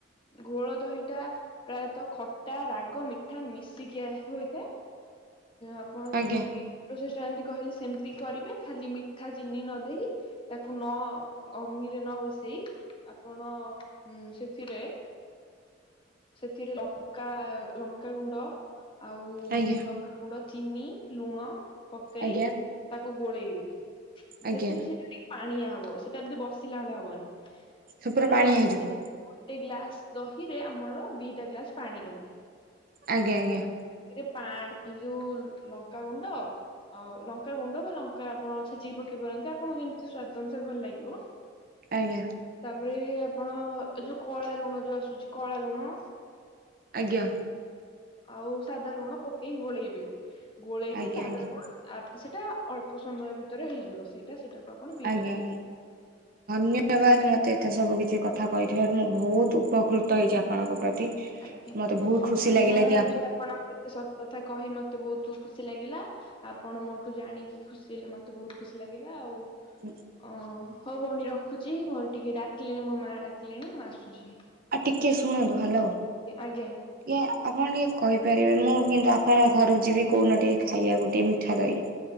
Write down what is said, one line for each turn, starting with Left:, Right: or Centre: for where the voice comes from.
Left: ଘୋଳ ଦହିଟା ପ୍ରାୟତଃ ଖଟା ରାଗ ମିଠା ମିଶିକି ହୋଇଥାଏ। ଆପଣ
Right: ଆଜ୍ଞା
Left: ଯେମିତି କି ଇ- ଯେମିତି କହିଲେ ସେମିତି କରିବେ ଖାଲି ମିଠା ଚିନି ନ ଦେଇ ତାକୁ ନ ଅଗ୍ନିରେ ନ ବସି ଆପଣ ସେଥିରେ ସେଥିରେ ଲଙ୍କା ଲଙ୍କାଗୁଣ୍ଡ ଆଉ
Right: ଆଜ୍ଞା
Left: ଲଙ୍କାଗୁଣ୍ଡ ଚିନି, ଲୁଣ। ପକେଇ
Right: ଆଜ୍ଞା
Left: ତାକୁ ଗୋଳେଇବେ
Right: ଆଜ୍ଞା
Left: ସେଥିରେ ସୋ ଟିକେ ପାଣିଆ ହବ। ସେଟା ଏମତି ବସିଲା ଭଳିଆ ହବନି।
Right: ସେ ପୁରା
Left: ଧର
Right: ପାଣିଆ
Left: ଗୋଟେ
Right: ହେଇଯିବ
Left: ଗୋଟେ ଗ୍ଲାସ ଦହିରେ ଆମର ଦିଟା ଗ୍ଲାସ ପାଣି ଦେବେ।
Right: ଆଜ୍ଞା, ଆଜ୍ଞା।
Left: ସେଥିରେ ପାଣି ଯୋଉ ଲଙ୍କାଗୁଣ୍ଡ ଅ ଲଙ୍କା ଗୁଣ୍ଡ ବା ଲଙ୍କା ଆପଣ ଛେଚିକି ପକେଇ ପାରନ୍ତି ଆପଣଙ୍କୁ ଯେମିତି ସ୍ଵାଦ ଅନୁସାରେ ଭଲ ଲାଗିବ।
Right: ଆଜ୍ଞା
Left: ତାପରେ ଆପ୍ ଆପଣ ଏ ଯୋଉ କଳା ଲୁଣ ଯୋଉ ଆସୁଛି କଳା ଲୁଣ
Right: ଆଜ୍ଞା।
Left: ଆଉ ସାଧା ଲୁଣ ପକେଇ ଗୋଳେଇବେ। ଗୋଳେଇକି
Right: ଆଜ୍ଞା
Left: ତାପରେ
Right: ଆଜ୍ଞା
Left: ଆପଣ ଆପ୍ ସେଟା ଅଳ୍ପ ସମୟ ଭିତରେ ହେଇଯିବ ସେଇଟା ସେଇଟାକୁ ଆପଣ ପିଇ
Right: ଆଜ୍ଞା
Left: ପାରିବେ।
Right: ଆଜ୍ଞା ଧନ୍ୟବାଦ ମୋତେ ଏତେ ସବୁ କିଛି କଥା କହିଥିବାରୁ ମୁଁ ବୋହୁତ ଉପକୃତ ହେଇଚି ଆପଣଙ୍କ ପ୍ରତି।
Left: ଆଜ୍ଞା,
Right: ମତେ ବହୁତ ଖୁସି
Left: ଆଜ୍ଞା
Right: ଲାଗିଲା
Left: ମୁଁ
Right: କି
Left: ବି ଆପଣଙ୍କୁ ଏତେ ସବୁ କଥା କହି ମୋତେ ବହୁତୁ ଖୁସି ଲାଗିଲା ଆପଣ ମୋଠୁ ଜାଣିକି ଖୁସି ମୋତେ ବହୁତ ଖୁସି ଲାଗିଲା। ଆଉ
Right: ହୁଁ।
Left: ଅ ହଉ ଭଉଣୀ ରଖୁଚି। ଘରେ ଟିକେ ଡାକିଲେଣି ମୋ ମା ଡାକିଲେଣି ମୁଁ ଆସୁଚି।
Right: ଆ, ଟିକେ ଶୁଣନ୍ତୁ। ହାଲୋ
Left: ଆଜ୍ଞା।
Right: ଇଏ ଆପଣ ଟିକେ କହିପାରିବେ ମୁଁ କିନ୍ତୁ ଆପଣଙ୍କ ଘରୁକୁ ଯିବି କୋଉ ଦିନ ଟିକେ ଖାଇବା ଟିକେ ମିଠା ଦହି।